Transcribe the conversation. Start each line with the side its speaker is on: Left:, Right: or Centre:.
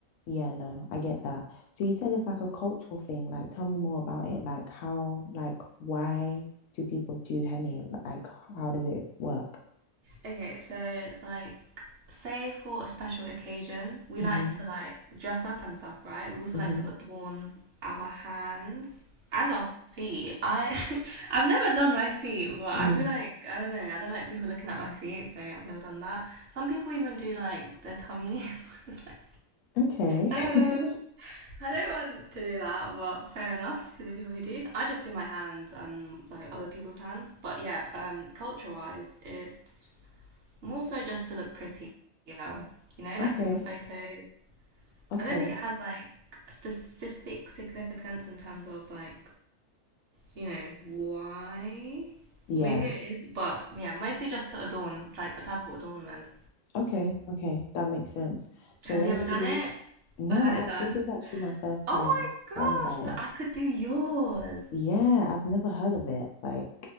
Left: Yeah, no, I get that. So, you said it's like a cultural thing. Like, tell me more about it. Like, how, like, why do people do henna? Like, how does it work?
Right: Okay, so like say for a special occasion, we
Left: Mm-hmm.
Right: like to like dress up and stuff, right? We also
Left: Mm-hmm.
Right: like to adorn our hands and our feet. I <laughs> I've never done my feet, but
Left: Mm.
Right: I feel like I don't know, I don't like people looking at my feet, so I've never done that. Some people even do like their tummies. <laughs> It's like
Left: Okay.
Right: um,
Left: <laughs>
Right: I don't want to do that, but fair enough to the people who do. I just do my hands and like other people's hands. But yeah, um, culture-wise, it more so just to look prettier, you know, like
Left: Okay.
Right: for the photos.
Left: Okay.
Right: I don't think it has like specific significance in terms of like, you know, why.
Left: Yeah.
Right: Or maybe it is, but yeah, mostly just to adorn. It's like a type of adornment.
Left: Okay, okay, that makes sense. So
Right: Have
Left: when
Right: you ever
Left: did
Right: done
Left: you?
Right: it
Left: No,
Right: or had it
Left: i
Right: done?
Left: this is actually my first time
Right: Oh my gosh,
Left: hearing about
Right: so
Left: it.
Right: I could do yours.
Left: Yeah, I've never heard of it. Like,